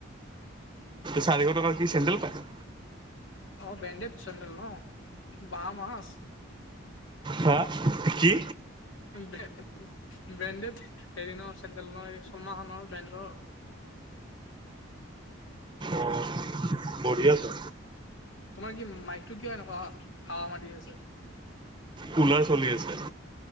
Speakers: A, on the right; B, on the left.
A: চাৰিশ টকাৰ কি চেণ্ডেল পাই
B: অ বেণ্ডেত চেন্দেল ন বাম মাচ
A: বা কি
B: ব্ৰে ব্ৰেণ্ডেড হেৰি ন চেণ্ডেল ন শৰ্মাখনৰ ব্ৰেণ্ডৰ
A: অ বহি আছো
B: তোমাৰ কি মাইকটো কিয় এনেকুৱা হাৱা মাৰি আছে
A: পোলাৰ চলি আছে